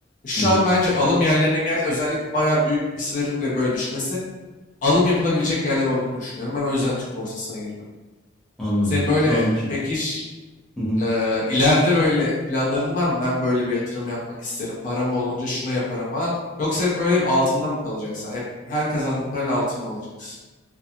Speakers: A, on the left; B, in the centre.
A: şu
B: hı hı.
A: an bence alım yerlerine geldi. Özellikle bayağı büyük hisselerin bile böyle düşmesi alım yapılabilecek yerler olduğunu düşünüyorum. Ben o yüzden Türk borsasına girdim.
B: Anladım.
A: Senin böyle
B: Şu an için.
A: pek hiç
B: Hı hı.
A: e, ileride böyle planların var mı? Ben böyle bir yatırım yapmak isterim. Param olunca şuna yaparım falan. Yoksa hep böyle hep altında mı kalacaksın? Hep her kazandığın parayla altın mı alacaksın?